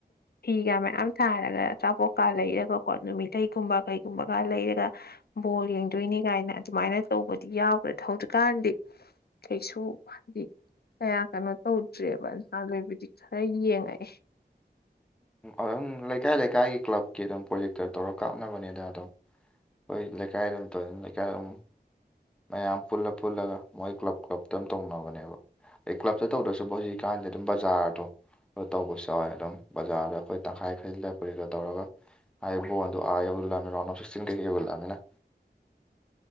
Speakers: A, on the left; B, in the centre.
A: ꯐꯤꯒ ꯃꯌꯥꯝ ꯁꯥꯔꯒ ꯑꯆꯥꯄꯣꯠꯀ ꯂꯩꯔꯒꯀꯣ ꯅꯨꯃꯤꯠꯊꯒꯨꯝꯕ ꯀꯩꯒꯨꯝꯕꯒ ꯂꯩꯔꯒ ꯕꯣꯜ ꯌꯦꯡꯗꯣꯏꯅꯤ ꯀꯥꯏꯅ ꯑꯗꯨꯃꯥꯏꯅ ꯇꯧꯕꯗꯤ ꯌꯥꯎꯈ꯭ꯔꯦꯗ ꯍꯧꯖꯤꯛꯀꯥꯟꯗꯤ ꯀꯩꯁꯨ ꯍꯥꯏꯗꯤ ꯀꯌꯥ ꯀꯩꯅꯣ ꯇꯧꯗ꯭ꯔꯦꯕ ꯅꯍꯥ ꯂꯣꯏꯕꯨꯗꯤ ꯈꯔ ꯌꯦꯡꯉꯛꯑꯦ
B: ꯎꯝꯝ ꯂꯩꯀꯥꯏ ꯂꯩꯀꯥꯏꯒꯤ ꯀ꯭ꯂꯕꯀꯤ ꯑꯗꯨꯝ ꯄ꯭ꯔꯣꯖꯦꯛꯇ ꯇꯧꯔꯒ ꯀꯥꯞꯅꯕꯅꯦꯗ ꯑꯗꯝ ꯍꯣꯏ ꯂꯩꯀꯥꯏꯗ ꯑꯗꯨꯝ ꯇꯧꯗꯅ ꯂꯩꯀꯥꯏꯗꯝ ꯃꯌꯥꯝ ꯄꯨꯜꯂ ꯄꯨꯜꯂꯒ ꯃꯣꯏ ꯀ꯭ꯂꯕ ꯀ꯭ꯂꯞꯇ ꯑꯃ ꯇꯧꯅꯕꯅꯦꯕ ꯑꯦ ꯀ꯭ꯂꯞꯇ ꯇꯧꯗ꯭ꯔꯁꯨꯕ ꯍꯧꯖꯤꯛꯀꯥꯟꯗꯤ ꯑꯗꯨꯝ ꯕꯖꯥꯔꯗꯣ ꯇꯧꯕꯁꯨ ꯌꯥꯎꯋꯦ ꯑꯗꯨꯝ ꯕꯖꯥꯔꯗ ꯑꯩꯈꯣꯏ ꯇꯪꯈꯥꯏ ꯈꯔꯁꯤꯗ ꯄꯨꯔꯤꯒ ꯇꯧꯔꯒ ꯕꯨ ꯌꯂꯝ ꯔꯥꯎꯟ ꯁꯤ ꯀꯩ ꯌꯜꯂꯝꯃꯤ